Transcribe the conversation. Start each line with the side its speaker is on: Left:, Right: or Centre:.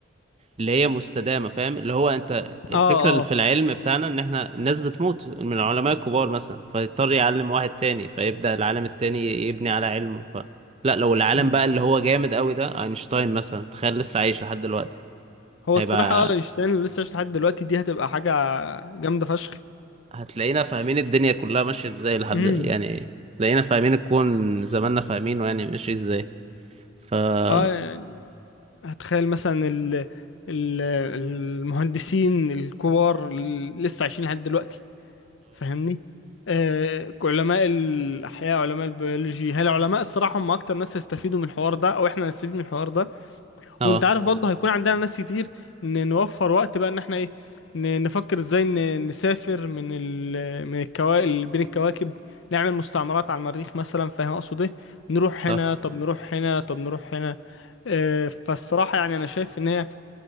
Right: اللي هي مستدامة فاهم اللي هو انت الفكرة
Left: اه
Right: اللي
Left: اه
Right: في العلم بتاعنا ان احنا الناس بتموت من العلماء الكبار مثلا فيضطر يعلم واحد تاني فيبدأ العالم التاني يبني على علمه ف لا لو العالم
Left: امم
Right: بقى اللي هو جامد قوي ده اينشتاين مثلا تخيل لسه عايش لحد دلوقتي
Left: هو
Right: هيبقى
Left: الصراحة اه اينشتاين لسه عايش لحد دلوقتي دي هتبقى حاجة جامدة فشخ
Right: هتلاقينا فاهمين الدنيا كلها ماشية ازاي لحد
Left: امم
Right: يعني تلاقينا فاهمين الكون زماننا فاهمينه يعني ماشي ازاي ف اه
Left: اه يعني هتخيل مثلا ال ال المهندسين الكبار اللي لسه عايشين لحد دلوقتي فاهمني آه علماء الأحياء علماء البيولوجي هل علماء الصراحة هم أكتر ناس هيستفيدوا من الحوار ده أو إحنا هنستفيد من الحوار ده
Right: اه
Left: وانت عارف برضه هيكون عندنا ناس كتير ن- نوفر وقت بقى ان احنا ايه ن- نفكر ازاي ن- نسافر من ال من الكواكب بين الكواكب نعمل مستعمرات على المريخ مثلا فاهم اقصد ايه نروح هنا
Right: صح
Left: طب نروح هنا طب نروح هنا آه، فالصراحة يعني انا شايف ان هي